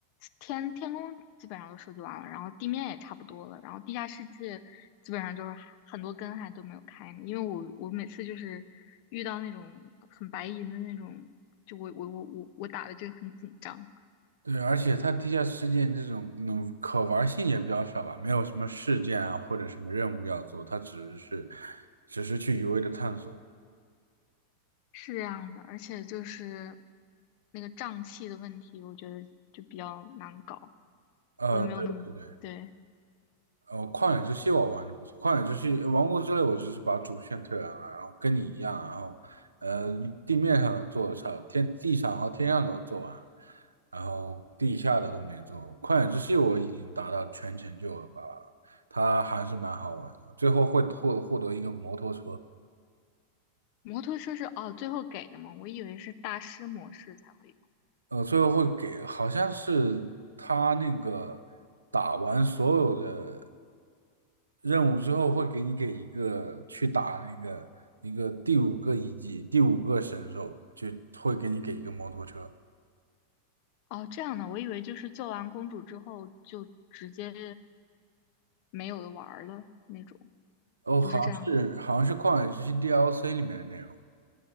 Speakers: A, on the left (about 45°); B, on the right (about 75°).
A: 天天宫基本上都收集完了，然后地面也差不多了，然后地下世界基本上就是很多根还都没有开呢，因为我我每次就是遇到那种很白银的那种，就我我我我我打的就很紧张，
B: 对，而且它地下世界这种嗯可玩性也比较少吧，没有什么事件啊或者什么任务要做，它只是只是去一味的探索。
A: 是这样的，而且就是那个胀气的问题，我觉得就比较难搞，
B: 呃，
A: 我也没有那么对。
B: 对对对，呃，旷野之息我玩的不错，旷野之息、王国之泪我只是把主线推完了，然后跟你一样，然后呃地面上的做了差，天地上和天上都做完了，然后地下的都没做。旷野之息我已经达到全成就了吧，它还是蛮好玩的，最后会获获得一个摩托车。
A: 摩托车是哦，最后给的嘛，我以为是大师模式才会。有。
B: 呃，最后会给，好像是他那个打完所有的任务之后，会给你给一个去打那个一个第五个遗迹，第五个神兽，就会给你给一个摩托车。
A: 哦，这样的，我以为就是救完公主之后就直接没有的玩儿了那种，
B: 哦，好像是好像是旷野之息
A: 不是这样
B: DLC 里面的内容。